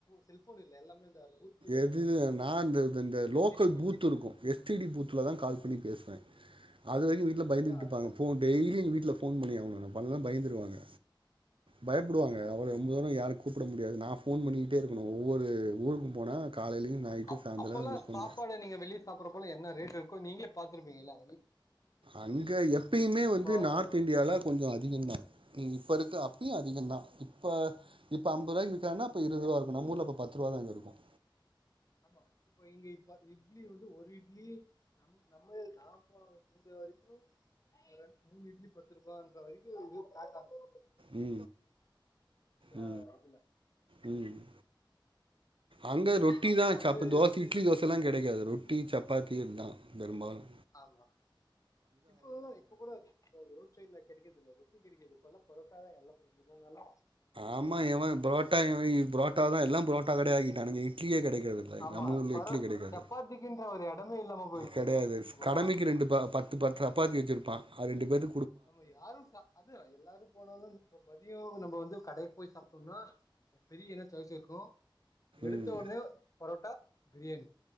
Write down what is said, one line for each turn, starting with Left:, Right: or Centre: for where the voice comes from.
Left: செல்போன் இல்லே எல்லாமே இந்த பூத்
Right: எது
Left: நம்ம போய்
Right: நான்
Left: பேசுவோலே
Right: இந்த இந்த லோக்கல்
Left: எஸ் இ டி
Right: பூத் இருக்கு எஸ்டிடி பூத்துலதான் கால்
Left: ஆமா
Right: பண்ணி பேசுவேன் அது வரைக்கும் வீட்டுல
Left: அதுல்லா
Right: பயந்துகிட்டு இருப்பாங்க
Left: அதுதா
Right: ஃபோன் டெய்லி எங்க வீட்டுல ஃபோன் பண்ணி ஆகணும் நா பண்லேனா பயந்துருவாங்க பயப்படுவாங்க
Left: சரி
Right: அவ்ளோ ரொம்பதூரம் யாருக்கு கூப்ட முடியாது நான் ஃபோன் பண்ணிட்டே இருக்கணும் ஒவ்வொரு ஊருக்கும் போனா காலையிலயு நைட்டு
Left: அப்
Right: சாயந்தரோ
Left: அப்பல்லாம்
Right: ஃபோன்
Left: சாப்பாடு நீங்க வெளியே சாப்புறப்பலாம் என்ன ரேட் இருக்கு நீங்களே பாத்துருப்பீங்களா
Right: அங்க எப்பயுமே வந்து
Left: அந்த
Right: நார்த் இந்தியால கொஞ்சம் அதிகம் தான் நீ இப்ப இருக்க அப் அதிகம் தான் இப்ப இப் இப்ப ஐம்பது ரூபாயக்கு வித் தாங்கன்னா
Left: இல்ல
Right: அப்போ இருபது
Left: தேர்ட்டி
Right: ரூபா இருக்கும் நம்ம ஊர்ல அப்ப பத்து ரூபா தான் இருக்கும்
Left: ஆமா இப்ப இங்க இப்ப இட்லி வந்து ஒரு இட்லி நம் நம்ம நாம இருந்த வரைக்கும் ரெண்டு மூணு இட்லி பத்து ரூபா வரைக்கும் இதுவும் ஸ்டார்ட் ஆகும்
Right: உ
Left: இந்த
Right: உ
Left: இதுல
Right: உம் அங்க ரொட்டி
Left: அப்போ
Right: தான்
Left: வந்து
Right: சாப்ப தோசை இட்லி தோசை எல்லாம் கிடையாது இங்க ரொட்டி சப்பாத்தி இதுதான் பெரும்பாலும்
Left: ஆமா இப்போ இப்ப கூட ரோட் சைட்ல கிடைக்குறதில்ல ரொட்டி கிடைக்குது இப்பெல்லாம் புரோட்டாதான் எல்லாமே எங்க போனாலும்
Right: ஆமா எவன் புரோட்டா இது புரோட்டாதான் எல்லாம் புரோட்டா கடைய ஆகிட்டானுங்க இட்லியே கிடைக்கறது இல்ல எங்க
Left: ஆமா
Right: நம்மூர்ல
Left: பரோ
Right: இட்லி கிடைக்காது
Left: சப்பாத்திக்குன்ற ஒரு எடமே இல்லாம போயிடுச்சு
Right: கடையாது
Left: இப்போ சொல்ல
Right: கடமைக்கு
Left: போனா
Right: ரெண்டு பத்து பத்து சப்பாத்தி வச்சிருப்பான் ரெண்டு பேத்
Left: நம்ம யாரும் ச அது எல்லாரும் போனாலும் தியோ நம்ம வந்து கடைக்கு போய் சாப்பிட்டோம்னா பெரிய என்ன சாய்ஸ் இருக்கும் எடுத்த
Right: ம்
Left: ஒடனே பரோட்டா பிரியாணி